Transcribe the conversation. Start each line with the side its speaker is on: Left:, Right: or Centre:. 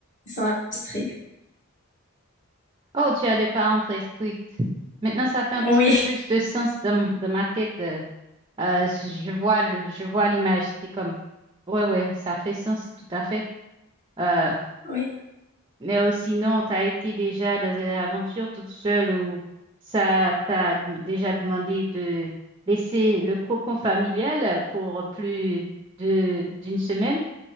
Left: Ils sont stricts.
Right: Oh, tu as des parents très stricts. Maintenant, ça fait un
Left: Oh
Right: petit
Left: Oui,
Right: peu plus de sens dans, m- dans ma tête. euh, euh, je vois le, je vois l'image. C'est comme, ouais, ouais, ça fait sens, tout à fait. Euh,
Left: <laughs> oui,
Right: mais euh, sinon, tu as été déjà dans une aventure toute seule où ça t'a d- déjà demandé de laisser le cocon familial pour plus de d'une semaine